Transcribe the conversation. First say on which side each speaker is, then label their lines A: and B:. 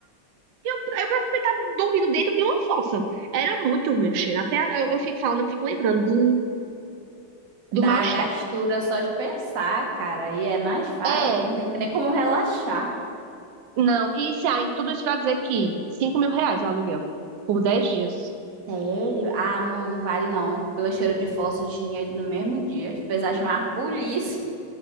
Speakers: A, on the right; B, on the right.
A: praticamente estava dormindo dentro de uma fossa. Era muito ruim o cheiro. Até eu, eu fico falando, eu fico lembrando do, do
B: Dá
A: mal-estar.
B: gastura só de pensar, cara. E é nas faz,
A: É,
B: não tem nem como relaxar.
A: não. E isso aí, tudo isso pra dizer que cinco mil reais o aluguel por 10 dias.
B: Sério? Ah, não, não vale não. Pelo cheiro de fósforo, eu tinha ido no mesmo dia. Se precisar chamar a polícia